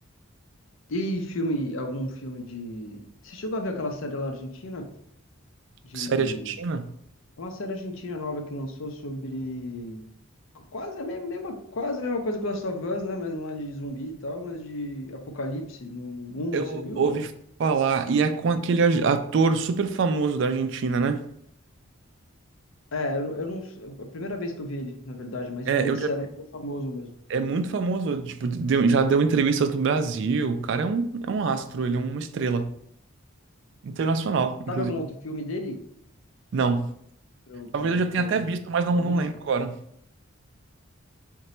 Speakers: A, on the left; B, on the right.
A: E filme, algum filme de. Você chegou a ver aquela série lá argentina? De.
B: Série argentina?
A: É uma série argentina nova que lançou sobre. Quase a me- mesma, quase a mesma coisa que Last of Us, né? Mas não é de zumbi e tal, mas de apocalipse no, no mundo,
B: Eu
A: você viu
B: ouvi
A: ou não?
B: falar, e é com aquele a- ator super famoso da Argentina, né?
A: É, eu, não- eu não. é A primeira vez que eu vi ele, na verdade, mas
B: É,
A: já me
B: eu
A: disseram
B: já,
A: que ele é famoso mesmo.
B: é muito famoso, tipo, deu- já deu entrevistas no Brasil. O cara é um, é um astro, ele é uma estrela. Internacional, inclusive.
A: Sabe algum outro filme dele?
B: Não.
A: Pra eu,
B: Talvez
A: pra eu
B: eu já
A: ter
B: tenha
A: uma
B: até visto,
A: referência?
B: mas não, não lembro agora.